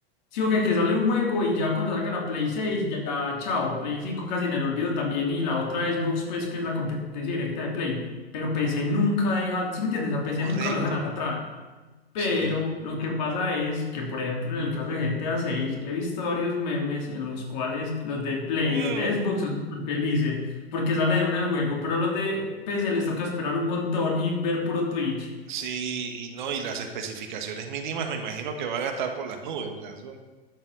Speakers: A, on the left; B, on the right.
A: sí, o que que sale un juego y ya cuando salga la Play seis ya, chao, Play cinco casi en el olvido también y la otra Xbox, pues, que es la competencia directa de Play. Pero PC nunca deja, ¿sí me entiendes? A PC
B: Correcto,
A: nunca lo dejan atrás. Pero
B: sí.
A: lo que pasa es que, por ejemplo, en el caso de GTA 6 he visto varios memes en los cuales los de Play,
B: Mm,
A: los de Xbox son súper felices porque sale de una el juego, pero los de PC les toca esperar un montón y ver puro Twitch.
B: sí, y no, y las especificaciones mínimas me imagino que van a estar por las nubes, o sea, son-